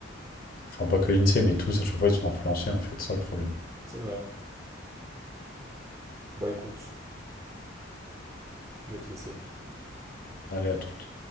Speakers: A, on the left; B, on the right.
A: Enfin, pas que l'INSEE, mais tous, à chaque fois, ils sont influencés, en fait. C'est ça, le problème.
B: C'est vrai. Bon, écoute, je vais te laisser.
A: Allez, à toutes.